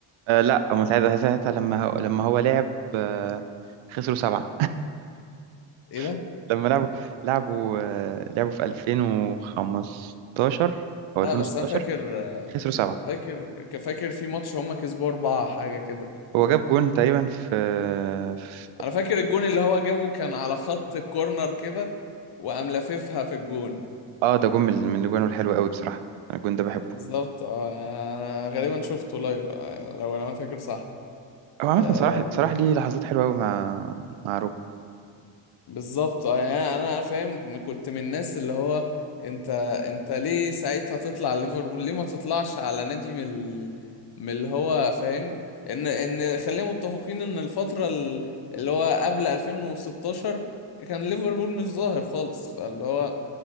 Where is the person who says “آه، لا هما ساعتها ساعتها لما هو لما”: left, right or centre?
Right